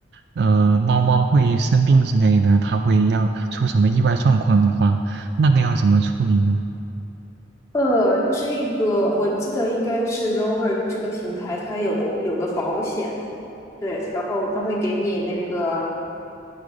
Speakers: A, on the right (about 60°); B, on the left (about 15°).
A: 呃，猫猫会生病之类的，它会要出什么意外状况的话，那个要怎么处理呢？
B: 呃，这个我记得应该是 Rover 这个平台，它有有个保险，对，然后它会给你那个